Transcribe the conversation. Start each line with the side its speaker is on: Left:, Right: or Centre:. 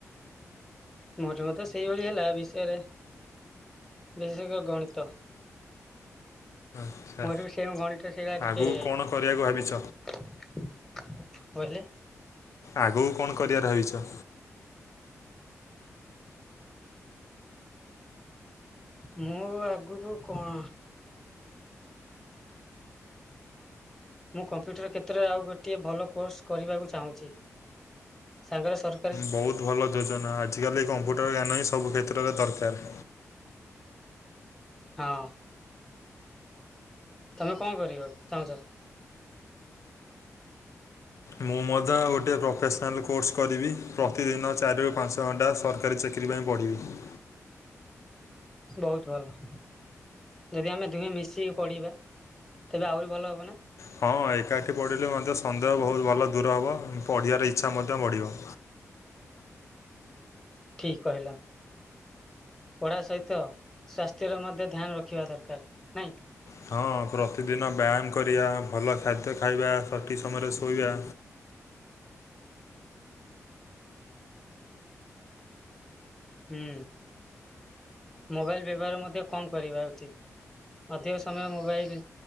Centre: ମୋର ଯୋଗୁ ତ ସେଇଭଳି ହେଲା ବିଷୟରେ ବିଶେଷ କରି ଗଣିତ।
Left: ଆଚ୍ଛା,
Centre: ମୋର ବି ସେଇଆ ଗଣିତ ସେଇଆ
Left: ଆଗକୁ
Centre: ଟିକେ
Left: କଣ କରିବାକୁ ଭାବିଛ?
Centre: କଣ କହିଲେ?
Left: ଆଗକୁ କଣ କରିବାର ଭାବିଛ?
Centre: ମୁଁ ଆଗକୁ କଣ? ମୁଁ କମ୍ପ୍ୟୁଟର କ୍ଷେତ୍ରରେ ଆଉ ଗୋଟିଏ ଭଲ କୋର୍ସ କରିବାକୁ ଚାହୁଁଛି। ସାଙ୍ଗରେ ସର
Left: ବହୁତ ଭଲ ଯୋଜନା। ଆଜିକାଲି କମ୍ପ୍ୟୁଟର ଜ୍ଞାନ ହିଁ ସବୁ କ୍ଷେତ୍ରରେ ଦରକାର।
Centre: ହଁ, ତମେ କଣ କରିବ ଚାହୁଁଛ?
Left: ମୁଁ ମଧ୍ୟ ଗୋଟିଏ ପ୍ରଫେସନାଲ୍ କୋର୍ସ କରିବି ପ୍ରତିଦିନ ଚାରିରୁ ପାଞ୍ଚ ଘଣ୍ଟା ସରକାରୀ ଚାକିରି ପାଇଁ ପଢ଼ିବି।
Centre: ବହୁତ ଭଲ। ଯଦି ଆମେ ଦୁହେଁ ମିଶିକି ପଢିବା ତେବେ ଆହୁରି ଭଲ ହେବ ନା।
Left: ହଁ ଏକାଠି ପଢ଼ିଲେ ମଧ୍ୟ ସନ୍ଦେହ ବହୁତ ଭଲ ଦୂର ହେବ ପଢ଼ିବାର ଇଚ୍ଛା ମଧ୍ୟ ବଢ଼ିବ।
Centre: ଠିକ୍ କହିଲ। ପଢା ସହିତ ସ୍ୱାସ୍ଥ୍ୟର ମଧ୍ୟ ଧ୍ୟାନ ରଖିବା ଦରକାର ନାଇଁ।
Left: ହଁ ପ୍ରତିଦିନ ବ୍ୟାୟାମ କରିବା, ଭଲ ଖାଦ୍ୟ ଖାଇବା, ସଠିକ୍ ସମୟରେ ଶୋଇବା।
Centre: ହୁଁ। ମୋବାଇଲ୍ ବ୍ୟବହାର ମଧ୍ୟ କମ୍ କରିବା ଉଚିତ୍। ଅଧିକ ସମୟ ମୋବାଇଲ